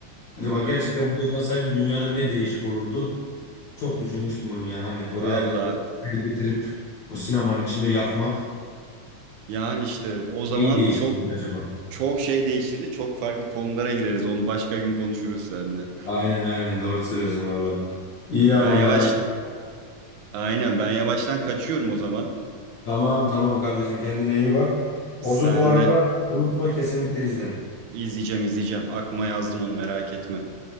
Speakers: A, on the right; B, on the left.
A: Değil
B: Acaba
A: mi?
B: gerçekten bu yaşansaydı dünyada ne değişik olurdu? Çok düşünmüştüm onu yani. Hani oraya
A: Valla
B: getirip o sinemanın içinde yakmak.
A: Yani işte o zaman
B: Neyi değiştirir
A: çok
B: acaba?
A: çok şey değişirdi. Çok farklı konulara gireriz. Onu başka gün konuşuruz seninle.
B: Aynen aynen doğru söylüyorsun valla. İyi
A: Ben
B: ama
A: yavaş
B: ya. e,
A: aynen ben yavaştan kaçıyorum o zaman.
B: Tamam tamam kardeşim kendine iyi bak.
A: Sen
B: Ozu bu arada
A: de
B: unutma kesinlikle izle.
A: izleyeceğim izleyeceğim. Aklıma yazdım onu merak etme.